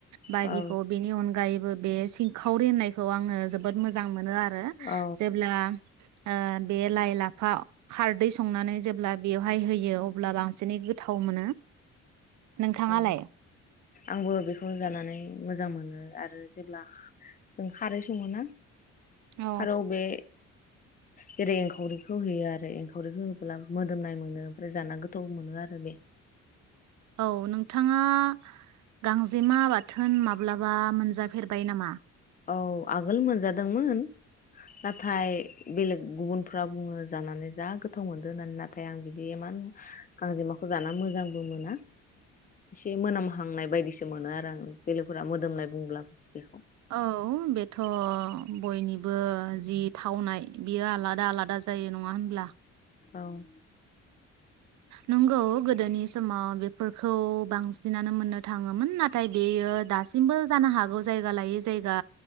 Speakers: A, on the right (about 70°); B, on the left (about 30°).
A: बायदिखौ
B: औ
A: बेनि अनगायैबो बे सिंखावरि होननायखौ आङो जोबोद मोजां मोन मोनो आरो
B: औ
A: जेब्ला ओ बे लाइ लाफा खारदै संनानै जेब्ला बेवहाय होयो अब्ला बां एसेनै गोथाव मोनो नोंथाङालाय
B: औ आंबो बेखौ जानानै मोजां मोनो आरो जेब्ला जों खारै सङो ना
A: औ
B: हारोव बे जेरै एंखावरिखौ होयो आरो एंखावरिखौ होबोला मोदोमनाय मोनो ओमफ्राय जाना गोथावबो मोनो आरो दा बे
A: औ नोंथाङा गांजेमा बाथोन माब्लाबा मोनजाफेरबाय नामा
B: औ आगोल मोजादोंमोन नाथाय बेलेग गुबुनफ्रा बुङो जानानै जा गोथाव मोनदों होननानै नाथाय आं बिदि इमान गांजेमाखौ जाना मोजांबो मोना एसे मोनामहांनाय बायदिसो मोनो आरो आं बेलेगफोरा मोदोमनाय बुंब्लाबो बेखौ
A: औ बेथ बयनिबो जि थावनाय बियो आलादा आलादा जायो नङा होनब्ला
B: औ
A: नंगौ गोदोनि समाव बेफोरखौ बांसिनानो मोननो थाङोमोन नाथाय बेयो दासिमबो जानो हागौ जायगा लायै जायगा